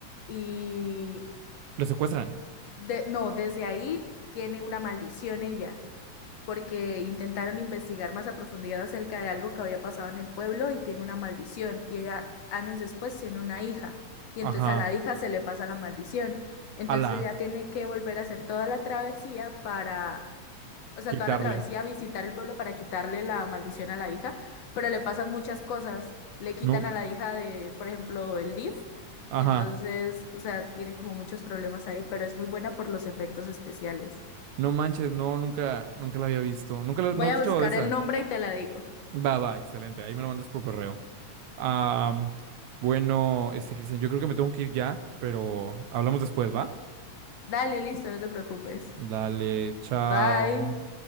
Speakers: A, on the left (about 65°); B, on the right (about 80°).
A: y
B: Lo secuestran.
A: de, no, desde ahí tiene una maldición ella, porque intentaron investigar más a profundidad acerca de algo que había pasado en el pueblo y tiene una maldición, y ella años después tiene una hija, y
B: Ajá.
A: entonces a la hija se le pasa la maldición. Entonces
B: Ala.
A: ya tiene que volver a hacer toda la travesía para o sea,
B: Quitarle.
A: toda la travesía a visitar el pueblo para quitarle la maldición a la hija, pero le pasan muchas cosas. Le quitan
B: No.
A: a la hija de, por ejemplo, el DIF.
B: Ajá.
A: Entonces, o sea, tiene como muchos problemas ahí, pero es muy buena por los efectos especiales.
B: No manches, no, nunca, nunca la había visto. Nunca lo-
A: Voy
B: no he
A: a
B: escuchado
A: buscar
B: de esa.
A: el nombre y te la digo.
B: Va, va, excelente. Ahí me lo mandas por correo. Ah, bueno, este, Cristian, yo creo que me tengo que ir ya, pero hablamos después, ¿va?
A: Dale, listo, no te preocupes.
B: Dale, chao.
A: Bye.